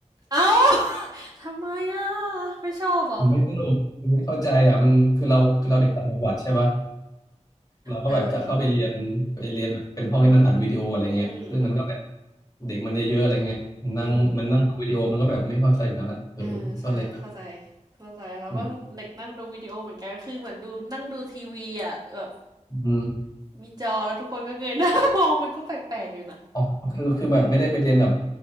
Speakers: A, on the right; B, on the left.
A: เอ้า <laughs> ทำไมอ่ะไม่ชอบเหรอ
B: มันไม่สนุกมันไม่เข้าใจอ่ะมันคือเราคือเราเด็กต่างจังหวัดใช่ปะเราก็แบบจะเข้าไปเรียนไปเรียนเป็นห้องที่มันอัดวิดีโออะไรเงี้ยซึ่งมันก็แบบ
A: เอออืม
B: เด็กมันเยอะๆอะไรเงี้ยนั่งมันนั่งดูวิดีโอมันก็แบบไม่เข้าใจอยู่แล้วแหละเออก็เลยแบบ
A: อืมเออใช่เข้าใจเข้าใจเราก็เด็กนั่งดูวิดีโอเหมือนกันคือเหมือนดูนั่งดูทีวีอ่ะแบบ
B: อืมอืม
A: มีจอแล้วทุกคนก็เงยหน้ามองมันก็แปลกๆอยู่นะ
B: อ๋อคือคือแบบไม่ได้ไปเรียนแบบ